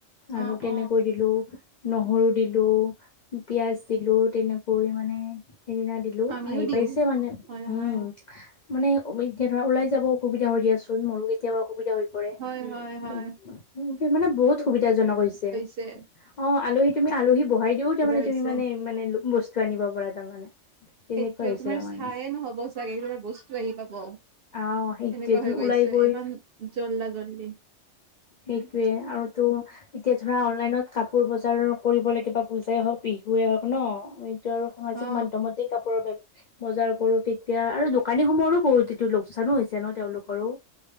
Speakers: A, on the left; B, on the right.
A: আৰু
B: অ অ
A: তেনেকৈ দি লো নহৰু দিলোঁ পিয়াঁজ দিলোঁ। তেনেকৈ মানে, সেইদিনা দিলোঁ,
B: আমিও
A: আহি
B: দিওঁ
A: পাইছে মানে।
B: হয়
A: উম!
B: হয়
A: মানে, এতিয়া ধৰা, ওলাই যাব অসুবিধা হৈ দিয়াচোন! মোৰো কেতিয়াবা অসু সুবিধা হৈ পৰে। উম,
B: হয় হয় হয়
A: উম, এতিয়া মানে, বহুত সুবিধাজনক হৈছে।
B: ছে।
A: অ'! আলহী তুমি, আলহী বহাই দিওঁ, তাৰমানে
B: হৈছে
A: তুমি মানে, মানে বস্তু আনিব পাৰা তাৰমানে। তেনেকুৱা
B: সেইটোৱে!
A: হৈছে
B: তোমাৰ
A: তাৰমানে
B: চাইয়ে নহ'ব চাগে! তোমাৰ বস্তু আহি পাব।
A: অ সেইটোৱে
B: এনেকুৱা
A: তুমি
B: হৈ
A: ওলাই
B: গৈছে।
A: গৈ
B: ইমান, জল্দা-জল্দি।
A: সেইটোৱে, আৰুতো এতিয়া ধৰা, অনলাইনত কাপোৰ বজাৰ কৰিব লাগিব। পূজাই হওঁক, বিহুৱে হওঁক ন'? <unintelligible> আৰু সামাজিক
B: অ
A: মাধ্যমতেই কাপোৰৰ <unintelligible> বজাৰ কৰোঁ। তেতিয়া আৰু দোকানীসমূহৰো বহুত টো লোকচানো হৈছে ন'! তেওঁলোকৰো।